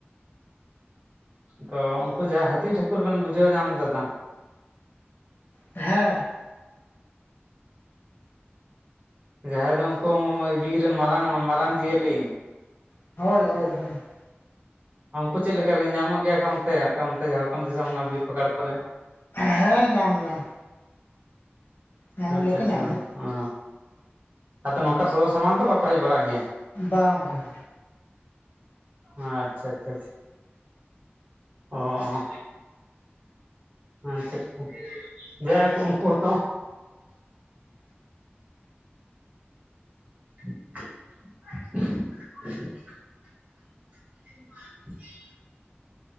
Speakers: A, on the right; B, on the left.
A: ᱛᱚ ᱩᱱᱠᱩ ᱡᱟᱦᱟᱸ ᱦᱟᱹᱛᱤ ᱴᱷᱟᱹᱠᱩᱨ ᱵᱮᱱ ᱵᱩᱡᱷᱟᱹᱣ ᱧᱟᱢ ᱫᱟᱛᱚ ᱾
B: ᱦᱮᱸ
A: ᱡᱟᱦᱟᱸᱭ ᱫᱚ ᱩᱱᱠᱩᱜ ᱵᱤᱨ ᱨᱮᱱ ᱢᱟᱨᱟᱝ ᱢᱟᱨᱟᱝ ᱡᱤᱭᱟᱹᱞᱤ
B: ᱦᱳᱭᱻᱦᱳᱭᱻᱦᱳᱭ ᱾
A: ᱩᱱᱠᱩ ᱪᱮᱫ ᱞᱮᱠᱟ ᱧᱟᱢᱚᱜ ᱜᱮᱭᱟ ᱠᱚ ᱚᱱᱛᱮ ᱟᱯᱮ ᱚᱱᱛᱮ, ᱡᱷᱟᱲᱠᱷᱚᱱ ᱫᱤᱥᱚᱢ ᱚᱱᱟ ᱵᱤᱨ ᱯᱟᱠᱟᱲ ᱠᱚᱨᱮ?
B: ᱦᱮᱸ ᱧᱟᱢ ᱧᱟᱢ ᱧᱟᱢᱚᱜ
A: ᱟᱪᱪᱷᱟ
B: ᱜᱮᱭᱟ ᱠᱚ
A: ᱟᱪᱪᱷᱟ.
B: ᱧᱟᱢ ᱫᱚ
A: ᱚ ᱟᱫᱚ ᱱᱚᱝᱠᱟ ᱥᱚᱫᱚᱨ ᱥᱟᱢᱟᱱ ᱫᱚ ᱵᱟᱠᱚ ᱦᱮᱡ ᱵᱟᱲᱟᱜ ᱜᱮᱭᱟ?
B: ᱵᱟᱝ ᱵᱟᱝ
A: ᱟᱪᱷᱟ-ᱟᱪᱷᱟ ᱾ ᱚᱸ <unintelligible> ᱡᱟᱭᱦᱚ ᱩᱱᱠᱩ ᱦᱚᱸᱛᱚ <inaudible> <inaudible>